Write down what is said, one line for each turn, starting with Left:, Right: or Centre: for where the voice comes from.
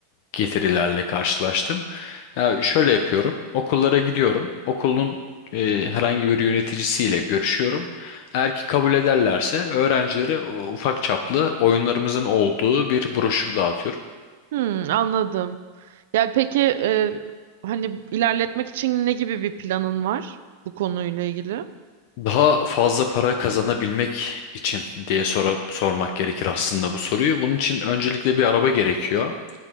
Left: getirilerle karşılaştım. Ya şöyle yapıyorum, okullara gidiyorum, okulun e, herhangi bir yöneticisiyle görüşüyorum. Eğer ki kabul ederlerse öğrencilere e, ufak çaplı oyunlarımızın olduğu bir broşür dağıtıyorum.
Right: Hmm, anladım. Ya peki e, hani ilerletmek için ne gibi bir planın var bu konuyla ilgili?
Left: Daha fazla para kazanabilmek için diye sora- sormak gerekir aslında bu soruyu. Bunun için öncelikle bir araba gerekiyor.